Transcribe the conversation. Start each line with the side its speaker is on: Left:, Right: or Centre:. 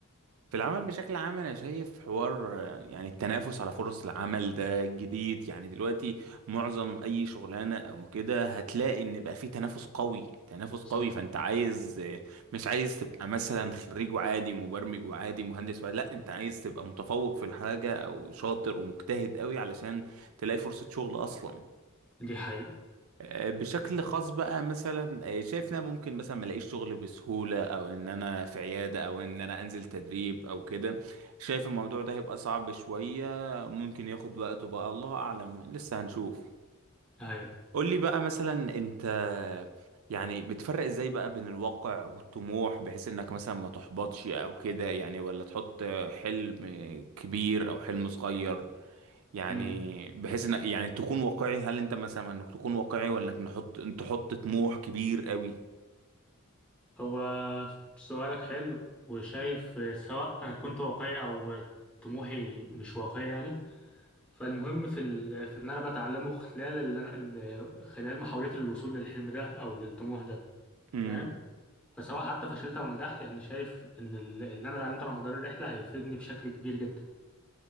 Right: في العمل بشكل عام انا شايف حوار آه، يعني التنافس على فرص العمل ده جديد يعني دلوقتي معظم اي شغلانه او كده هتلاقي ان بقى في تنافس قوي تنافس
Centre: صح
Right: قوي فانت عايز آه، مش عايز تبقى مثلا خريج وعادي مبرمج وعادي مهندس ولا
Centre: مم.
Right: لا انت عايز تبقى متفوق في الحاجه او شاطر ومجتهد قوي علشان تلاقي فرصه شغل اصلا
Centre: دي حقيقة
Right: آه، بشكل خاص بقى مثلا آه، شايف ان انا ممكن مثلا ما الاقيش شغل بسهوله او ان انا في عياده او ان انا انزل تدريب او كده شايف الموضوع ده هيبقى صعب شويه ممكن ياخد وقته بقى الله اعلم لسه هنشوف
Centre: أيوة
Right: قول لي بقى مثلا انت يعني بتفرق ازاي بقى بين الواقع والطموح بحيث انك مثلا ما تحبطش او كده يعني ولا تحط حلم كبير او حلم صغير يعني
Centre: أمم.
Right: بحيث ان يعني تكون واقعي هل انت مثلا انك تكون واقعي ولا انك نحط تحط طموح كبير قوي
Centre: هو سؤالك حلو وشايف سواء أنا كنت واقعي أو طموحي مش واقعي يعني فالمهم في ال... في اللي أنا بتعلمه خلال اللي أنا ال- خلال محاولتي للوصول للحلم ده أو للطموح ده
Right: امم
Centre: فاهم فسواء حتى فشلت او نجحت يعني شايف ان ال- اللي انا اتعلمته على مدار الرحله هيفيدني بشكل كبير جدا